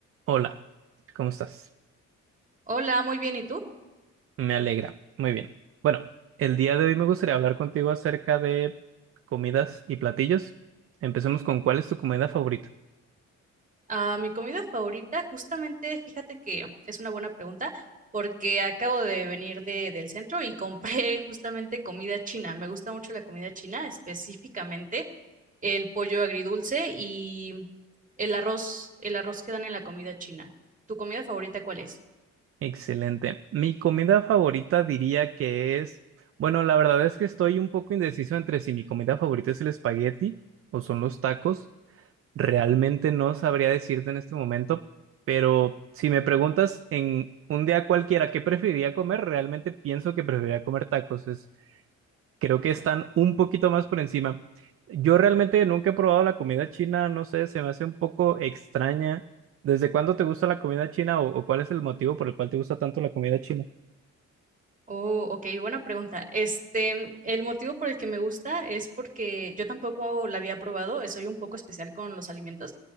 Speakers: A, on the right (about 50°); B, on the right (about 25°).
A: Hola, ¿cómo estás?
B: Hola, muy bien. ¿Y tú?
A: Me alegra. Muy bien. Bueno, el día de hoy me gustaría hablar contigo acerca de comidas y platillos. Empecemos con ¿cuál es tu comida favorita?
B: Ah, mi comida favorita, justamente, fíjate que es una buena pregunta porque acabo de venir de, del centro y compré <laughs> justamente comida china. Me gusta mucho la comida china, específicamente el pollo agridulce y el arroz, el arroz que dan en la comida china. ¿Tu comida favorita cuál es?
A: Excelente. Mi comida favorita diría que es, bueno, la verdad es que estoy un poco indeciso entre si mi comida favorita es el espagueti o son los tacos. Realmente no sabría decirte en este momento, pero si me preguntas en un día cualquiera qué preferiría comer, realmente pienso que preferiría comer tacos. Es creo que están un poquito más por encima. Yo realmente nunca he probado la comida china, no sé, se me hace un poco extraña. ¿Desde cuándo te gusta la comida china o, o cuál es el motivo por el cual te gusta tanto la comida china?
B: Oh, ok, buena pregunta. Este, el motivo por el que me gusta es porque yo tampoco la había probado, eh, soy un poco especial con los alimentos.